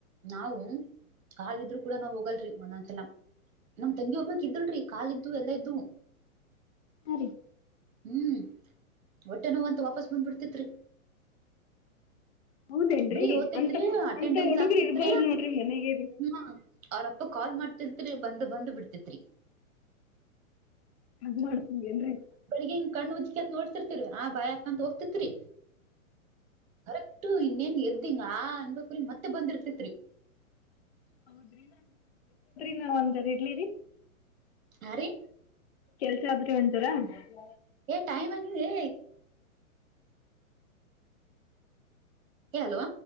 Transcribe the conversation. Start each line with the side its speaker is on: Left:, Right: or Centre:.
Right: ನಾವವು ಕಲ್ ಇದ್ರು ಕೂಡ ನಾವ್ ಹೋಗಲ್ರಿ ಒಂದೊಂದ್ಸಲ ನಮ್ ತಂಗಿ ಹೋಗ್ಬಕ್ ಇದಲ್ ಕಾಲ್ದು ಎಲ್ಲಾ ಇದ್ವು
Left: ಹಾ ರೀ
Right: ಹ್ಮ್ ಹೊಟ್ಟೆ ನೋ ಅಂತ ವಾಪಸ್ ಬಂದ್ ಬಿಡ್ತಿತ್ರಿ
Left: ಹೌದೇನ್ರಿ
Right: ಬೆಳಿಗ್ ಓದ್ತಿದ್ರಿ
Left: ಅಂತ
Right: ಅಟೆಂಡನ್ಸ್
Left: ಅಂತ ಹುಡುಗ್ರು
Right: ಆಗ್ತಿತ್ರಿ
Left: ಇರ್ಬಾರ್ದ್
Right: ಹ
Left: ನೋಡ್ರಿ ಮನೆಗೆ ರೀ.
Right: ಅವ್ರ ಕಾಲ್ ಮಾಡ್ತಿತ್ರಿ ಬಂದ್ ಬಂದ್ ಬಿಡ್ತತ್ರಿ
Left: ಹಂಗ್ ಮಾಡ್ತಂದೇನ್ರಿ
Right: ಬೆಳಗ್ಗೆ ಕಣ್ಣು ಉತ್ಕತ್ ನೋಡ್ ರ್ತಿರಿ ಆ ಬಾಯ ಹಾಕಂತ ಹೋಗ್ತಿತ್ರಿ ಕರೆಕ್ಟು ಇನ್ನೇನ್ ಎದ್ದಿಂಗ ಅನ್ಬೇಕ್ರ ಮತ್ತೆ ಬಂದಿರ್ತಿತ್ರಿ
Left: ಹೌದ್ರಿ <inaudible> ನಾವ್ ಒಂದ್ ಜರ ಇಡ್ಲಿರಿ
Right: ಆ ರೀ
Left: ಕೆಲಸ ಆದರಿ <inaudible>
Right: ಏ ಟೈಮ್ ಆಗಿದೆ ಹೆಲೋ